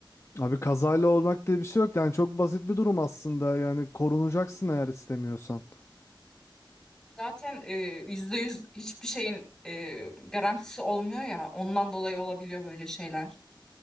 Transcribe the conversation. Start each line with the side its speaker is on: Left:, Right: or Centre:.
Left: Abi kazayla olmak diye bir şey yok. Yani çok basit bir durum aslında. Yani korunacaksın eğer istemiyorsan.
Centre: Zaten e, yüzde yüz hiçbir şeyin e, garantisi olmuyor ya. Ondan dolayı olabiliyor böyle şeyler.